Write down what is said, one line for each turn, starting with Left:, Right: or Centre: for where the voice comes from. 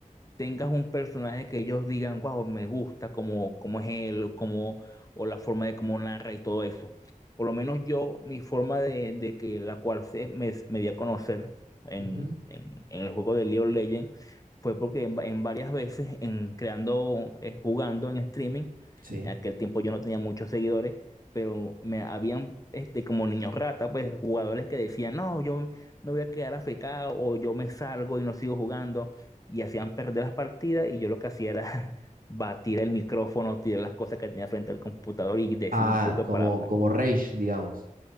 Left: tengas un personaje que ellos digan, wow, me gusta, como, como es él, como, o la forma de cómo narra y todo eso. Por lo menos yo, mi forma de, de que la cual se, me, me di a conocer en,
Right: Ujú.
Left: en, en el juego de League of Legends fue porque en, va- en varias veces, en creando, eh, jugando en streaming,
Right: Sí.
Left: en aquel tiempo yo no tenía muchos seguidores, pero me habían este, como niños rata, pues jugadores que decían, no, yo me voy a quedar afectado o yo me salgo y no sigo jugando y hacían perder las partidas y yo lo que hacía era <laughs> batir el micrófono, tirar las cosas que tenía frente al computador y decir
Right: Ah,
Left: un poco
Right: como,
Left: de palabras.
Right: como Rage, digamos.